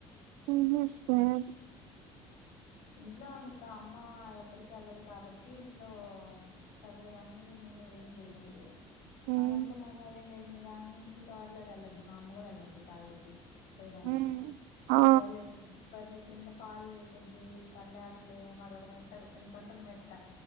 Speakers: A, on the right (about 80°); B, on the left (about 75°).
A: <unintelligible>
B: ఇంట్లో ఇంకా అమ్మ ఎక్కడికి వెళ్ళదు కాబట్టి ఇంట్లో సర్లే అని నిన్ను అమిచేయనియ్యదు
A: ఉమ్
B: మా ఇంట్లో మమ్మ ఉదయం లేసింది దాని నుంచి తోటలోకి వెళ్ళొద్దు. మా అమ్మ కూడా వెళ్ళొద్దు కాయలకి కొయడానికి,
A: ఉమ్ ఆ
B: బరలకి బర్ల కింద పాలు లేసింది కల్లపులు మాదొక మెత్త ఇంత ఉంటది మెత్త